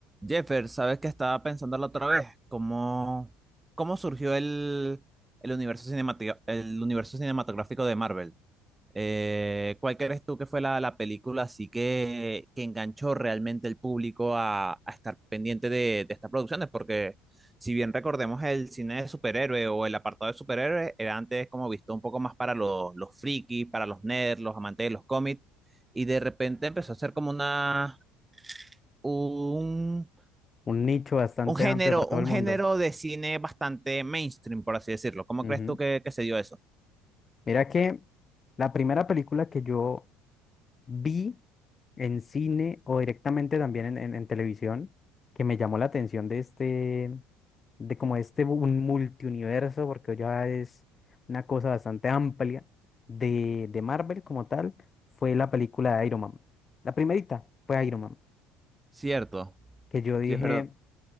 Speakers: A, on the right (about 15°); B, on the left (about 30°).
A: Jeffer, sabes que estaba pensando la otra vez cómo, cómo surgió el, el universo cinemati- el universo cinematográfico de Marvel. Eh, ¿cuál crees tú que fue la, la película así que, que enganchó realmente el público a, a estar pendiente de, de estas producciones? Porque si bien recordemos el cine de superhéroe o el apartado de superhéroes, era antes como visto un poco más para los, los frikis, para los nerds, los amantes de los cómics, y de repente empezó a ser como una... un
B: Un nicho bastante
A: un género,
B: amplio para todo
A: un
B: el mundo.
A: género de cine bastante mainstream, por así decirlo. ¿Cómo
B: Ujú.
A: crees tú que, que se dio eso?
B: Mira que la primera película que yo vi en cine o directamente también en, en- en televisión que me llamó la atención de este, de como este bu- un multiuniverso, porque ya es una cosa bastante amplia de, de Marvel como tal, fue la película de Iron Man. La primerita fue Iron Man,
A: Cierto,
B: que yo dije.
A: sí es verdad.